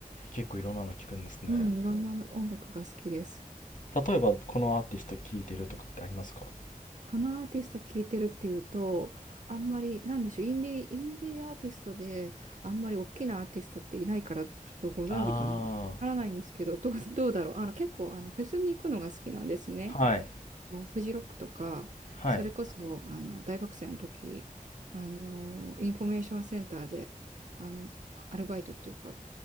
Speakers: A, on the left (about 65°); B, on the right (about 60°).
A: 結構いろんなの聞くんですね。
B: うん、いろんな音楽が好きです。
A: 例えば、このアーティスト聴いてるとかってありますか？
B: このアーティスト聴いてるっていうと、あんまり、なんでしょう、インディー、インディーアーティストで、あんまり大きなアーティストっていないから、ちょっとご存知かもわからないんですけど、
A: あ
B: どう、どうだろう。あの、結構、あの、フェスに行くのが好きなんですね。
A: あ、はい、
B: フジロックとか、
A: はい、
B: それこそ、あの、大学生の時、あの、インフォメーションセンターで、あの、アルバイトっていうか、